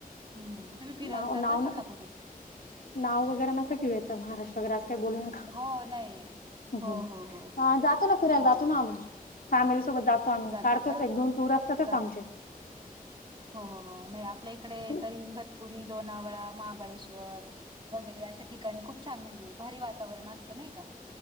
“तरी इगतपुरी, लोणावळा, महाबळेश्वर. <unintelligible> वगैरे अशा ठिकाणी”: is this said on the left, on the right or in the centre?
Right